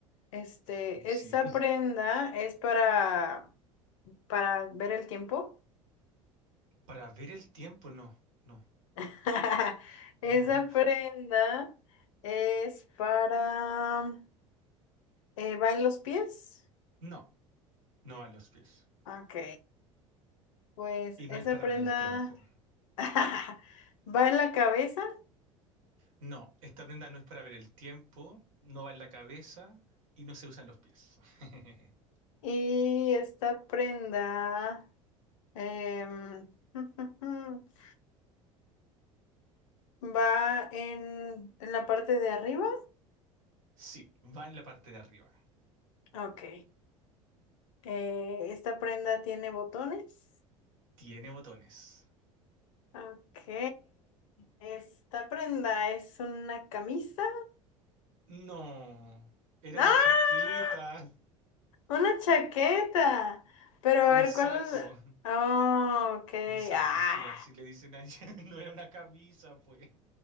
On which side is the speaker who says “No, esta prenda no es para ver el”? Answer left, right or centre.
Right